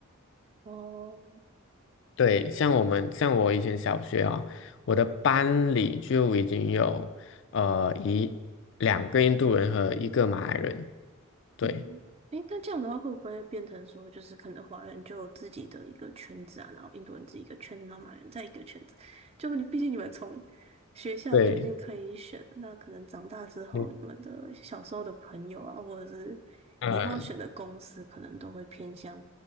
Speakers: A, on the right; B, on the left.
A: 哦，
B: 对，像我们像我以前小学啊，我的班里就已经有呃一两个印度人和一个马来人。对
A: 嗯，诶，那这样的话会不会变成说，就是可能华人就有自己的一个圈子啊，然后印度人自己一个圈子，然后马来人在一个圈子，就你毕竟你们从学校就已经可以选了那可能长大之后，
B: 对，你
A: 你们的小时候的朋友啊，或者是以后选的公司，
B: 呃，
A: 可能都会偏向